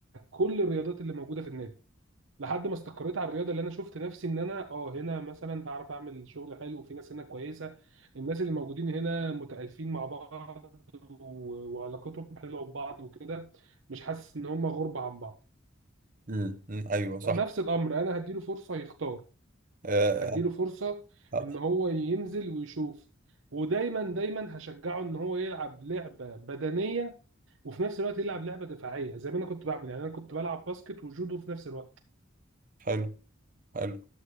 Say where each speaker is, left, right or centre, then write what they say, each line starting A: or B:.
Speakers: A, on the right (about 75°); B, on the right (about 45°).
A: كل الرياضات اللي موجوده في النادي لحد ما استقريت على الرياضه اللي انا شفت نفسي ان انا اه هنا مثلا هعرف اعمل شغل حلو في ناس هنا كويسه الناس اللي موجودين هنا متالفين مع بعض و- وعلاقتهم حلوه ببعض وكده مش حاسس ان هم غربه عن بعض
B: امم أمم، ايوه صح
A: نفس الامر انا هديله فرصه يختار
B: آه
A: هديله
B: آه،
A: فرصه
B: آه،
A: ان هو ينزل ويشوف ودايما دايما هشجعه ان هو يلعب لعبه بدنيه وفي نفس الوقت يلعب لعبه دفاعيه زي ما انا كنت بعمل يعني انا كنت بلعب باسكت وجودو في نفس الوقت
B: حلو حلو